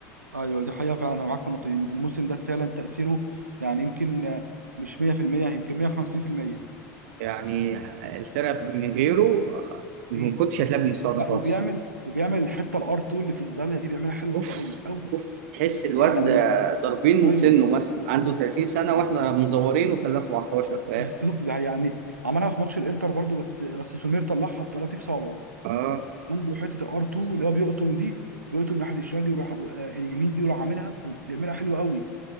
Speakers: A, on the right (about 85°); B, on the right (about 60°).
A: ايوه دي حقيقه فعلا انا معاك في النقطه دي الموسم ده فعلا تاثيره يعني يمكن آه، مش 100% يمكن 150%
B: يعني الفرق من غيره ما
A: امم
B: كنتش هتلاقي بالمستوى
A: لا
B: ده خالص
A: وبيعمل وبيعمل الحته الار 2 اللي في الزاويه دي بيعملها حلوه
B: اوف
A: قوي قوي
B: اوف تحس الواد
A: يعني
B: ده ضاربين
A: ايوه
B: سنه مثلا عنده 30 سنه
A: يعني
B: واحنا مزورين وخلاه 17 فاهم
A: بالظبط ده يعني عملها في ماتش الانتر برضو بس بس سمير طلعها بطراطيف صعبه
B: اه
A: عنده حته الار 2 اللي هو بيقطم دي بيقطم ناحيه الشمال دي ويروح آه، اليمين دي ويروح عاملها ب- بيعملها حلوه قوي